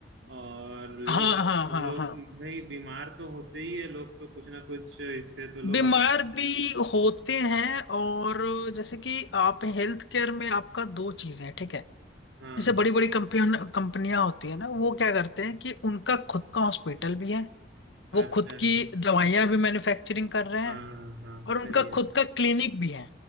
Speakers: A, on the right (about 90°); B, on the left (about 80°).
A: और लोग
B: हाँ हाँ
A: लोग
B: हाँ हाँ
A: भाई बीमार तो होते ही है लोग तो कुछ ना कुछ इससे तो लोग
B: बीमार
A: अपने
B: भी होते हैं और जैसे कि आप हेल्थ केयर में आपका दो चीजें हैं ठीक है
A: हाँ
B: जैसे बड़ी बड़ी कंपनियां कंपनियां होती है ना वो क्या करते हैं कि उनका खुद का हॉस्पिटल भी है
A: अच्छा
B: वो खुद की दवाइयां भी मैन्युफैक्चरिंग कर रहे हैं
A: हाँ हाँ
B: और
A: सही
B: उनका
A: है
B: खुद का क्लिनिक भी है